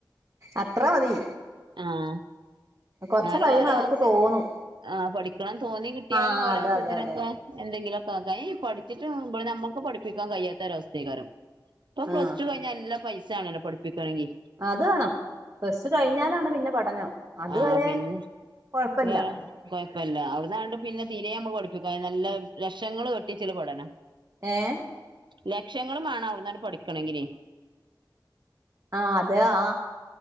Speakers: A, on the right (about 40°); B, on the right (about 80°).
A: അത്ര മതി.
B: ആഹ്
A: കൊറച്ച്
B: ന്നാലും
A: കഴിയുമ്പോ
B: ഓലാവസ്യ
A: അവർക്ക് തോന്നും
B: ആ പഠിക്കണം തോന്നി കിട്ടിയാലും
A: ആഹ്
B: ഓലാവസ്യ
A: അതെ അതെ
B: ത്തിനൊക്കെ.
A: അതെ
B: എന്തെങ്കിലൊക്കാക്ക പഠിച്ചിട്ട് ബടെ മ്മക്ക് പഠിപ്പിക്കാൻ കയ്യാത്ത ഒരവസ്ഥക്കാരം. പ്പം പ്ലസ്
A: ആഹ്
B: ടു കഴിഞ്ഞാ നല്ല പൈസാണല്ലോ പഠിപ്പിക്കണങ്കി.
A: അത് വേണം പ്ലസ്ടു കഴിഞ്ഞാലാണ് പിന്നെ പഠനം. അതുവരെ
B: ആഹ് പിന്നെ
A: കൊഴപ്പല്ല
B: വാ കൊഴിപ്പല്ല അവിടന്നാണ്ട് പിന്നെ തീരെ മ്മക്ക് പഠിപ്പിക്ക കയ്യൂല നല്ല ലക്ഷങ്ങള് വെട്ടിച്ച് ള്ള പഠന.
A: ഏഹ്
B: ലക്ഷ്ങ്ങള് മാണം ഔട്ന്നാണ്ട് പഠിക്കണങ്കിലെ.
A: ആ അതാ ആ